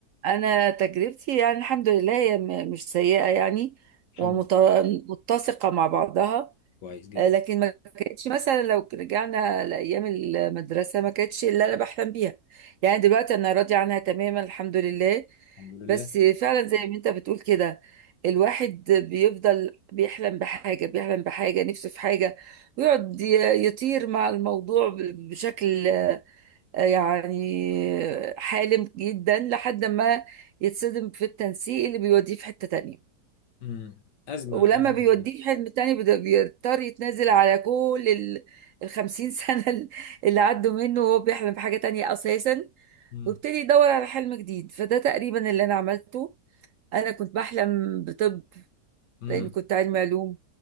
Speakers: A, on the right (about 70°); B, on the left (about 80°).
A: انا تجربتي يعني الحمد لله هي م- مش سيئه يعني
B: الحمد
A: ومتسقه
B: لله
A: مع بعضها
B: كويس جدا
A: آه، لكن ما كانتش مثلا لو رجعنا لايام المدرسه ما كانتش اللي انا بحلم بيها يعني دلوقتي انا راضيه عنها تماما الحمد لله
B: الحمد لله
A: بس فعلا زي ما انت بتقول كده الواحد بيفضل بيحلم بحاجه بيحلم بحاجه نفسه في حاجه ويقعد ي- يطير مع الموضوع ب- بشكل يعني حالم جدا لحد ما يتصدم في التنسيق اللي بيوديه في حتة تانية
B: امم أزمة
A: ولما
B: أزمة
A: بيوديه
B: كبيرة.
A: في حتة تانية بد- بيضطر يتنازل على كل ال الخمسين <laughs> سنة ال- اللي عدوا منه وهو بيحلم بحاجة تانية أساسا
B: امم
A: وابتدي يدور على حلم جديد فده تقريبا اللي أنا عملته أنا كنت بحلم بطب
B: امم
A: لأني كنت علمي علوم